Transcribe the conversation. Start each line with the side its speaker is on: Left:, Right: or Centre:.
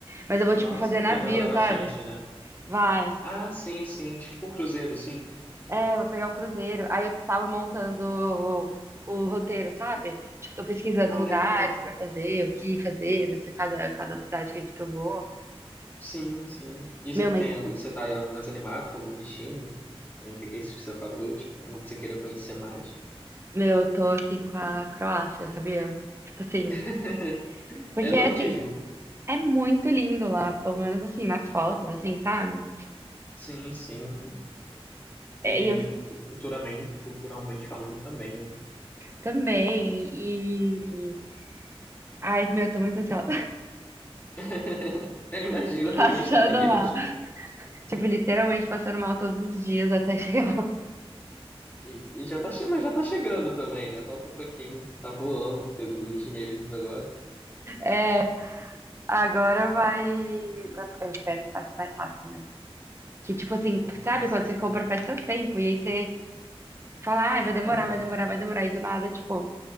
Right: Mas eu vou,
Left: Nossa,
Right: tipo, fazer navio,
Left: é, vai rodar bastante,
Right: sabe?
Left: né?
Right: Vai.
Left: Ah, sim, sim, tipo um cruzeiro, sim.
Right: É, vou pegar um cruzeiro. Aí eu tava montando o, o roteiro, sabe? Tipo, tô pesquisando
Left: Ah,
Right: lugares
Left: legal.
Right: pra fazer, o que fazer, não sei, cada, cada cidade que que eu vou.
Left: Sim, sim. E você
Right: Meu, mas,
Left: tem, você tá mais animado com algum destino? Entre esses que você falou, tipo, um que você queira conhecer mais?
Right: meu, eu tô assim com a Croácia, sabia? Tipo assim,
Left: <laughs>
Right: porque
Left: É, não
Right: assim,
Left: te julgo.
Right: é muito lindo lá, pelo menos assim, nas fotos, assim, sabe?
Left: Sim, sim.
Right: É,
Left: E
Right: E eu
Left: culturalmente, culturalmente falando também, né?
Right: também, e. Ai, meu, tô muito ansiosa.
Left: <laughs> Eu imagino,
Right: <laughs>
Left: eu
Right: Passando
Left: também estaria.
Right: mal. Tipo, literalmente passando mal todos os dias até <laughs> chegar. lá.
Left: E, e já tá, che- mas já tá chegando também, né? Falta um pouquinho. Tá voando tem os meses agora.
Right: É, agora vai. Eu espero que passe mais rápido, né? Que tipo assim,
Left: Ah, vai
Right: sabe
Left: passar
Right: quando
Left: assim.
Right: você compra
Left: assim.
Right: faz tanto tempo e aí você fala, ah, vai demorar,
Left: Aham.
Right: vai demorar, vai demorar, e do nada, tipo,